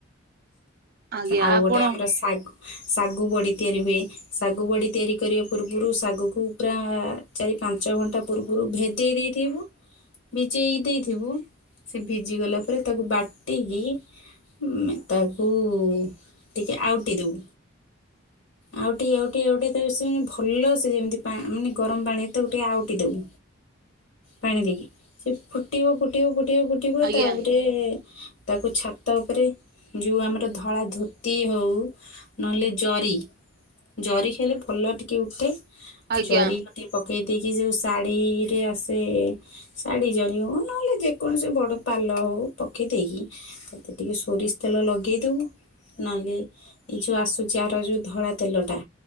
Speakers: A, on the right; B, on the left.
A: ଆଜ୍ଞା
B: ଆଉ
A: ଆପଣ
B: ଗୋଟେ ଆମର ଶାଗ ଶାଗୁ ବଡି ତିଆରି ହୁଏ। ଶାଗୁ ବଡି ତିଆରି କରିବା ପୂର୍ବରୁ ଶାଗକୁ ପୁରା ଚାରି ପାଞ୍ଚ ଘଣ୍ଟା ପୂର୍ବରୁ ଭେଦେଇ ଦେଇଥିବୁ। ଭିଜେଇକି ଦେଇଥିବୁ ସେ ଭିଜିଗଲା ପରେ ତାକୁ ବାଟିକି ଉଁ ତାକୁ ଟିକେ ଆଉଟି ଦବୁ।
A: <unintelligible>
B: ଆଉଟିି ଆଉଟି ଆଉଟି ତ ସେ ମାନେ ଭଲସେ ଯେମିତି ମାନେ ପା ଗରମ ପାଣିରେ ଟିକେ ଆଉଟି ଦେବୁ।
A: ହ
B: ପାଣି ଦେଇକି ସେ ଫୁଟିବ ଫୁଟିବ ଫୁଟିବ ଫୁ ଟିବ
A: ଆଜ୍ଞା
B: ତାପରେ ତାକୁ ଛାଟି ତା ଉପରେ ଯୋଉ ଆମର ଧଳା ଧୋତି ହେଉ ନହେଲେ ଜରି। ଜରି ହେଲେ ଭଲ ଟିକେ ଉଠେ
A: ଆଜ୍ଞା
B: ଜରିମା ଟିକେ ପକେଇ ଦେଇକି ଯୋଉ ଶାଢ଼ୀରେ ଆସେ ଶାଢ଼ୀ ଜରି ହଉ ନହେଲେ ଯେକୌଣସି ବଡ଼ ପାଲ ହେଉ ପକେଇଦେଇକି ଟିକେ ସୋରିଷ ତେଲ ଲଗେଇଦେବୁ। ନହେଲେ ଏ ଯୋଉ ଆସୁଛି ଆର ଯୋଉ ଧଳା ତେଲଟା